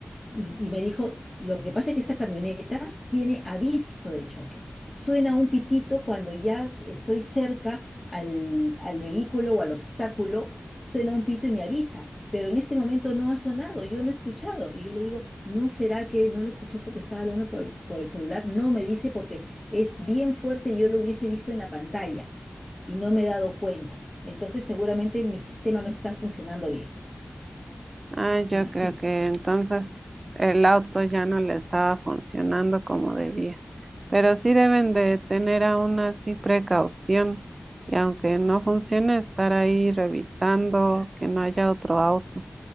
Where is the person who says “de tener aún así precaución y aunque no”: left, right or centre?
Right